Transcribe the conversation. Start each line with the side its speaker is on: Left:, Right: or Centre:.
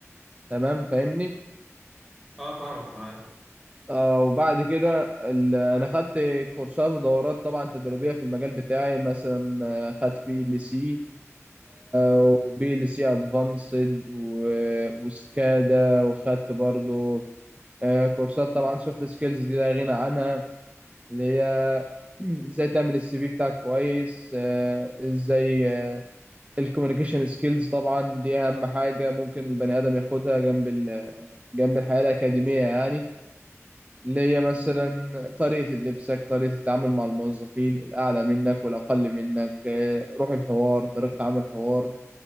Right: تمام فاهمني
Centre: اه فاهمك معاك
Right: آه وبعد كده ال- انا خدت كورسات ودورات طبعا تدريبيه في المجال بتاعي مثلا آه، خدت بي ال سي وبي ال سي ادفانسد وسكادا وخدت برضو آه، كورسات طبعا سوفت سكيلز دي لا غنى عنها اللي هي <clears throat> ازاي تعمل السي في بتاعك كويس آه، ازاي الكوميونيكيشن سكيلز طبعا دي اهم حاجه ممكن البني ادم ياخدها جنب ال- جنب الحياه الاكاديميه يعني اللي هي مثلا طريقة لبسك طريقة التعامل مع الموظفين الأعلى منك والأقل منك آه، روح الحوار طريقة عمل الحوار